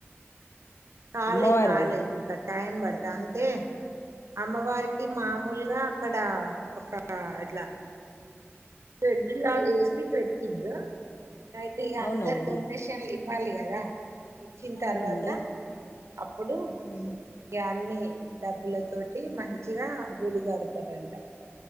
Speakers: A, on the right; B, on the left.
A: కాలే
B: అమ్మవారిది
A: కాలే ఇంకా టైమ్ పడతాది అంటే అమ్మవారికి మామూలుగా అక్కడ ఒక ఇట్లా షెడ్డిలాగా ఏసి పెట్టింలు అయితే ఇక
B: అవునా
A: అందరు
B: అండి
A: డొనేషన్లు ఇవ్వాలి కదా ఇచ్చిన
B: అవునండి
A: తర్వాత అప్పుడు
B: ఉమ్
A: ఆ అన్నీ డబ్బులతోటి మంచిగా గుడి కడతారంట